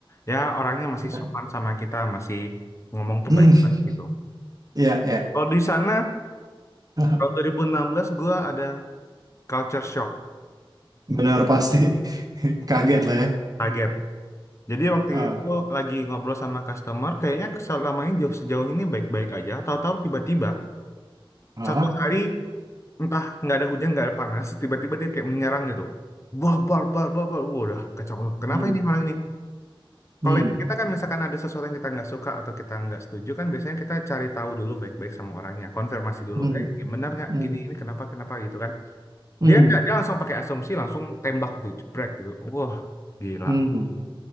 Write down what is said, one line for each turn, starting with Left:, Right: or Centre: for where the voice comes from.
Left: ya orangnya masih
Right: Ya,
Left: sopan sama kita, masih ngomong tuh
Right: <laughs> Hmm,
Left: baik-baik gitu.
Right: ya, ya.
Left: Kalau di sana
Right: <laughs>
Left: tahun 2016 gue ada culture shock,
Right: Benar pasti. <laughs> Kaget lah ya.
Left: kaget. Jadi waktu
Right: Ah,
Left: itu gua lagi ngobrol sama customer, kayaknya selama ini jauh sejauh ini baik-baik aja. Tahu-tahu tiba-tiba
Right: ah.
Left: satu hari entah nggak ada hujan nggak ada panas, tiba-tiba dia kayak menyerang gitu. Bar bar bar bar bar, Wah, udah kacau loh. Kenapa
Right: Hmm,
Left: ini orang ini?
Right: hmm,
Left: Kalau di kita kan misalkan ada sesuatu yang kita nggak suka atau kita nggak setuju kan biasanya kita cari tahu dulu baik-baik sama orangnya, konfirmasi dulu.
Right: hmm,
Left: Eh, gimana nggak
Right: hmm,
Left: gini ini kenapa kenapa gitu kan?
Right: hmm,
Left: Dia nggak dia langsung pakai asumsi langsung tembak gitu, jebrek gitu. Wah, gila.
Right: hmm.